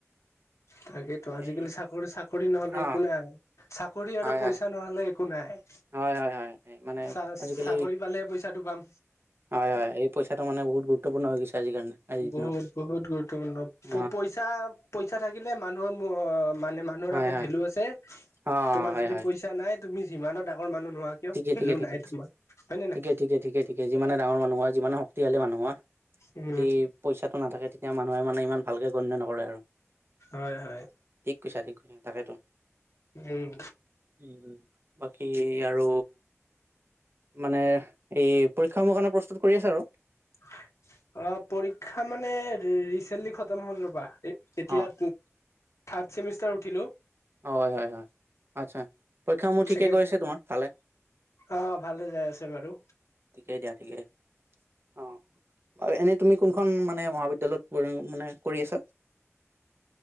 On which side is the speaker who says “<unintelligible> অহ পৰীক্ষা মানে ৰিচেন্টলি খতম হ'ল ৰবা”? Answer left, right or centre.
Left